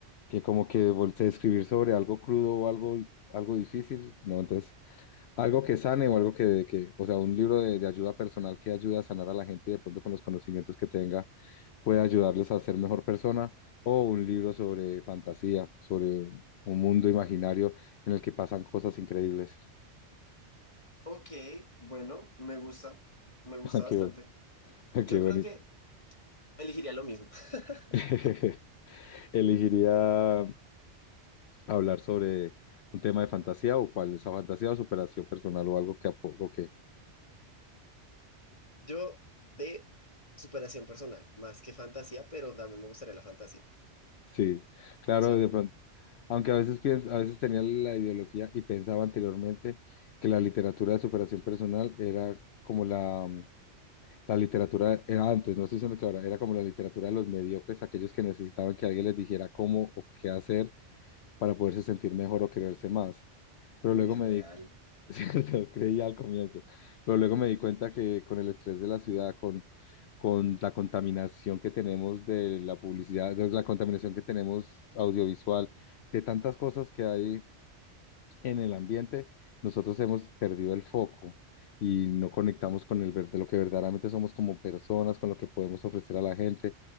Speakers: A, on the left; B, on the left.
A: que como que volteé a escribir sobre algo crudo o algo, algo difícil, ¿no? Entonces algo que sane o algo que, que o sea, un libro de, de ayuda personal que ayude a sanar a la gente y de pronto con los conocimientos que tenga puede ayudarles a ser mejor persona, o un libro sobre fantasía, sobre un un mundo imaginario en el que pasan cosas increíbles.
B: Ok, bueno, me gusta, me gusta
A: <laughs> Ah,
B: bastante.
A: Qué bueno, ah,
B: Yo
A: qué
B: creo
A: bueno.
B: que elegiría lo mismo. <laughs>
A: <laughs> Elegiría hablar sobre un tema de fantasía o cuál es esa fantasía o superación personal o algo que apoco que
B: Yo de superación personal, más que fantasía, pero también me gustaría la fantasía. O
A: sí. Claro,
B: sea,
A: de
B: un-
A: pronto Aunque a veces piens- a veces tenía la ideología y pensaba anteriormente que la literatura de superación personal era como la, mm, la literatura, eh, antes, no estoy diciendo que ahora, era como la literatura de los mediocres, aquellos que necesitaban que alguien les dijera cómo o qué hacer para poderse sentir mejor o quererse más. Pero
B: uy,
A: luego
B: real.
A: me di, <laughs> cierto, creía al comienzo, pero luego me di cuenta que con el estrés de la ciudad, con, con la contaminación que tenemos de la publicidad, de la contaminación que tenemos audiovisual, de tantas cosas que hay en el ambiente, nosotros hemos perdido el foco y no conectamos con el ver- de lo que verdaderamente somos como personas, con lo que podemos ofrecer a la gente.